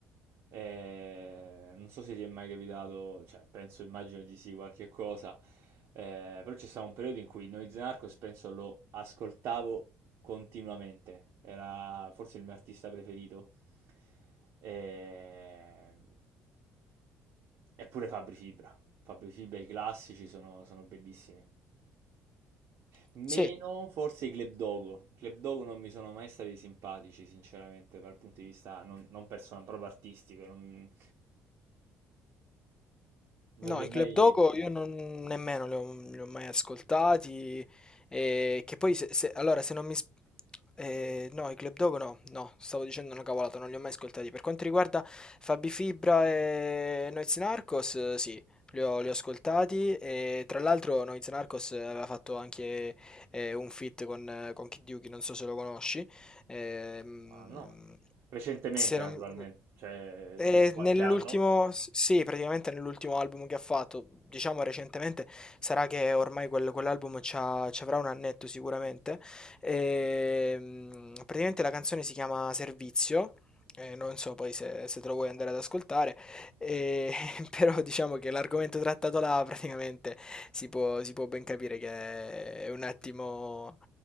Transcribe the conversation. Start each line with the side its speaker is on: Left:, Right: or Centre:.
Right: Eh, non so se ti è mai capitato, cioè penso, immagino di sì, qualche cosa, Eh, però c'è stato un periodo in cui Noyz Narcos penso lo ascoltavo continuamente, era forse il mio artista preferito, Eh, eppure Fabri Fibra. Fabri Fibra, i classici sono, sono bellissimi. Meno
Left: Sì,
Right: forse i Club Dogo. I Club Dogo non mi sono mai stati simpatici, sinceramente, dal punto di vista non, non personale, proprio artistico. Non, non
Left: No,
Right: li
Left: i
Right: ho
Left: Club
Right: mai...
Left: Dogo io non, nemmeno li ho, li ho mai ascoltati. eh, che poi, se, se- allora, se non mi... s- eh, no, i Club Dogo no, no, stavo dicendo una cavolata, non li ho mai ascoltati. Per quanto riguarda Fabi Fibra e Noyz Narcos, eh, sì, li ho, li ho ascoltati. E, tra l'altro Noyz Narcos aveva fatto anche eh, un feat con, eh, con Kid Yuki, non so se lo conosci. Ehm,
Right: Ah, no. Recentemente,
Left: se non-
Right: naturalmente, cioè
Left: eh,
Right: di qualche
Left: nell'ultimo,
Right: anno.
Left: s- sì, praticamente nell'ultimo album che ha fatto, diciamo recentemente, sarà che ormai quel- quell'album c'ha- ci avrà un annetto sicuramente. Ehm, praticamente la canzone si chiama Servizio. eh, non so poi se, se te lo vuoi andare ad ascoltare, eh, <laughs> però diciamo che l'argomento trattato là praticamente si può, si può ben capire che è un attimo...